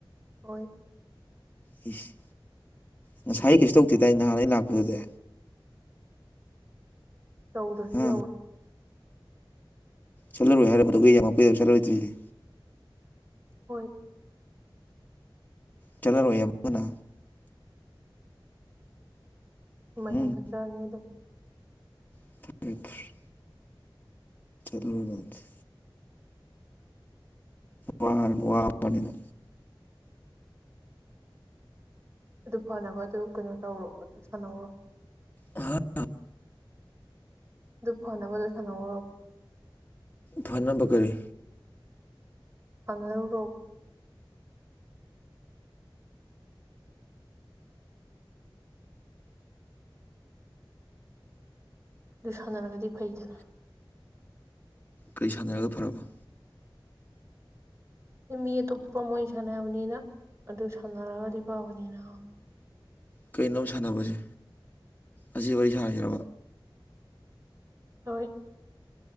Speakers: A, on the right; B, on the left.
A: ꯍꯣꯏ
B: ꯍꯁ ꯉꯁꯥꯏ ꯀꯩꯁꯨ ꯇꯧꯗꯦꯗ ꯅꯍꯥꯟ ꯑꯩ ꯂꯥꯛꯄꯗꯨꯗꯤ
A: ꯇꯧꯗꯁꯤ
B: ꯍꯥ
A: ꯌꯧꯏ
B: ꯆꯠꯂꯔꯣꯏ ꯍꯥꯏꯔꯕ ꯀꯩꯗꯧꯕꯒꯤ UNINTELLIGIBLE ꯆꯠꯂꫭꯏꯗꯔꯤꯁꯦ
A: ꯍꯣꯏ
B: ꯆꯠꯂꯔꯣꯏ ꯑꯃꯨꯛ ꯍꯟꯅꯥ
A: ꯑꯃ
B: ꯎꯝ
A: ꯍꯦꯟꯒꯠꯇ꯭ꯔꯗꯤ ꯑꯗꯨꯝ
B: ꯑ <inaudible> ꯆꯠꯂꯨ UNINTELLIGIBLE ꯋꯥꯔ ꯋꯥꯕꯅꯤꯅ
A: ꯑꯗꯨ ꯐꯅꯕ ꯑꯗꯨ ꯀꯩꯅꯣ ꯇꯧꯔꯣ ꯑꯗꯨ ꯁꯥꯟꯅꯧꯔꯣ
B: ꯍꯥ
A: ꯑꯗꯨ ꯐꯅꯕꯗꯣ ꯁꯥꯟꯅꯧꯔꯣ
B: ꯐꯅꯕ ꯀꯔꯤ
A: ꯁꯥꯟꯅꯔꯨꯔꫭ ꯑꯗꯨ ꯁꯥꯟꯅꯔꯒꯗꯤ ꯐꯩꯗꯅ
B: ꯀꯔꯤ ꯁꯥꯟꯅꯔꯒ ꯐꯔꯕ
A: ꯃꯤ ꯑꯇꯣꯞꯄ ꯃꯣꯏ ꯁꯥꯟꯅꯕꯅꯤꯅ ꯑꯗꯨ ꯁꯥꯟꯅꯔꯒꯗꯤ ꯐꯕꯅꯤꯅ
B: ꯀꯩꯅꯣꯕ ꯁꯥꯟꯅꯕꯁꯦ ꯑꯁꯤ ꯋꯥꯔꯤ ꯁꯥꯏꯁꯤꯔ
A: ꯍꯣꯏ